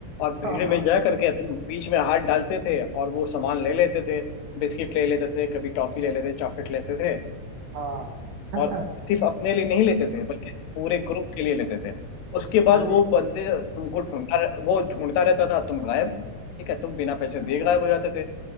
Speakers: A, on the left (about 75°); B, on the right (about 75°).
A: और भीड़
B: हाँ हाँ
A: में जा करके तुम बीच में हाथ डालते थे और वो सामान ले लेते थे बिस्किट ले लेते थे कभी टॉफी ले लेते थे चॉकलेट लेते थे
B: हाँ। <laughs>
A: और सिर्फ अपने लिए नहीं लेते थे बल्कि पूरे ग्रुप के लिए लेते थे उसके बाद
B: अरे
A: वो बंदे तुमको ढूंढता रह- वो ढूंढता रहता था तुम गायब ठीक है तुम बिना पैसे दिए गायब हो जाते थे